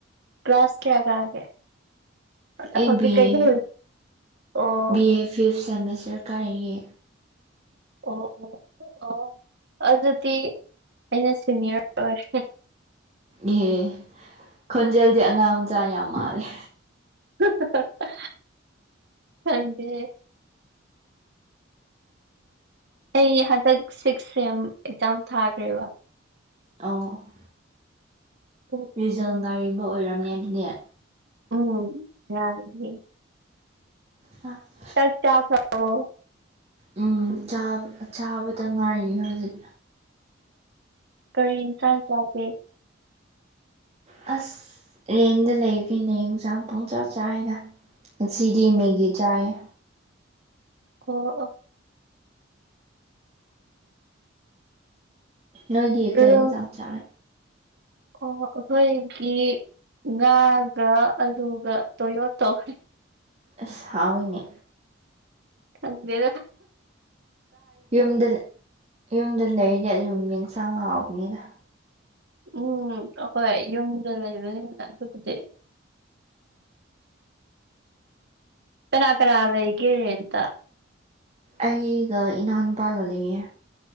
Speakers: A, on the right; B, on the right.
A: ꯀ꯭ꯂꯥꯁ ꯀꯌꯥ ꯀꯥꯒꯦ꯫ ꯑ
B: ꯑꯩ
A: ꯍꯧꯖꯤꯛ
B: ꯕꯤ
A: ꯀꯩꯗ
B: ꯑꯦ
A: ꯑꯣ
B: ꯕꯤ ꯑꯦ ꯐꯤꯞ ꯁꯦꯃꯤꯁꯇꯔ ꯀꯥꯔꯤꯌꯦ꯫
A: ꯑꯣ ꯑꯣ ꯑꯣ ꯑꯗꯨꯗꯤ ꯑꯩꯅ ꯁꯦꯅꯤꯌꯔ ꯑꯣꯏꯔꯦ꯫
B: ꯑꯦ ꯈꯣꯟꯖꯦꯜꯗꯤ ꯑꯉꯥꯡ ꯃꯆꯥ ꯌꯥꯝ ꯃꯥꯜꯂꯦ꯫
A: ꯍꯍꯥꯍꯥꯍꯥ ꯈꯪꯗꯦ꯫ ꯑꯩ ꯍꯟꯗꯛ ꯁꯤꯛꯁ ꯁꯦꯝ ꯑꯦꯛꯖꯥꯝ ꯊꯥꯈ꯭ꯔꯦꯕ꯫
B: ꯑꯣ
A: ꯑꯣ <inaudible>
B: ꯔꯤꯖꯜ ꯉꯥꯏꯔꯤꯕ ꯑꯣꯏꯔꯝꯅꯦ ꯑꯗꯨꯗꯤ꯫
A: ꯎꯝ ꯌꯥꯦ <inaudible>
B: ꯑ <inaudible>
A: ꯆꯥꯛ ꯆꯥꯈꯔꯥꯕꯣ
B: ꯎꯝ ꯆꯥꯕꯗ ꯉꯥꯏꯔꯤ ꯍꯧꯖꯤꯛ
A: ꯀꯔꯤ ꯌꯦꯟꯁꯥꯡ ꯅꯣ ꯎꯝ <inaudible>
B: ꯑꯁ ꯔꯦꯟꯗ ꯂꯩꯕꯩꯅꯤꯅ ꯌꯦꯟꯁꯥꯡ ꯄꯨꯡꯆꯥ ꯆꯥꯏꯅ ꯉꯁꯤꯗꯤ ꯃꯦꯒꯤ ꯆꯥꯏꯌꯦ
A: ꯑꯣ ꯑꯣ
B: ꯅꯣꯏꯗꯤ ꯀꯩ
A: ꯏꯔꯣꯟ
B: ꯏꯪꯖꯥꯡ ꯆꯥꯔꯦ
A: ꯑꯣ ꯑꯩꯈꯣꯏꯒꯤ ꯉꯥꯒ ꯑꯂꯨꯒ ꯇꯣꯏꯌꯣ ꯇꯧꯈ꯭ꯔꯦ
B: ꯑꯁ ꯍꯥꯎꯏꯅꯦ
A: ꯈꯪꯗꯦꯗꯥ꫰
B: ꯌꯨꯝꯗ ꯌꯨꯝꯗ ꯂꯩꯔꯗꯤ ꯑꯗꯨꯝ ꯌꯦꯟꯁꯥꯡ ꯍꯥꯎꯕꯅꯤꯗ
A: ꯎꯝ ꯑꯍꯣꯏ ꯌꯨꯝꯗ ꯂꯩꯕꯅꯤꯅ ꯑꯗꯨꯕꯨꯗꯤ ꯀꯅꯥ ꯀꯅꯥ ꯑꯩꯒꯦ ꯔꯦꯟꯠ ꯇꯥ
B: ꯑꯩꯒ ꯏꯅꯥꯎꯅꯨꯄꯥꯒ ꯂꯩꯌꯦ